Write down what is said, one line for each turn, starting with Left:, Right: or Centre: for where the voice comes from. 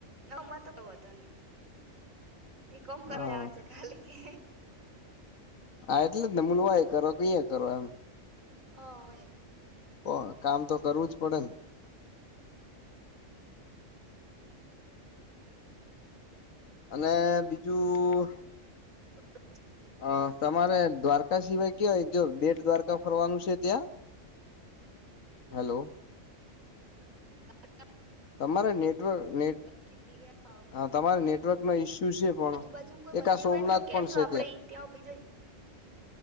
Right: હમાં તો ક હતો નહી, એ કોમ કરવા
Left: હા
Right: જવાનું છે ખાલી કે.
Left: હા એટલે જ નમૂલવા એ કરો ક કરો એમ.
Right: હ હો એ.
Left: ઓ કામ તો કરવું જ પડે ને. અને બીજું
Right: <inaudible>
Left: હ તમારે દ્વારકા સિવાય કયોવાય જો બેટ દ્વારકા ફરવાનું છે ત્યાં? હેલો.
Right: <inaudible>
Left: તમારે નેટવર્ક નેટ
Right: પછી અહં
Left: હ તમારે નેટવર્ક નો ઈસ્યુ છે પણ.
Right: બાજુું કોઈ
Left: એક
Right: મંદિર
Left: આ સોમનાથ
Right: હોય ને તો કેજ
Left: પણ છે
Right: આપે ત્યાં ભી જાય.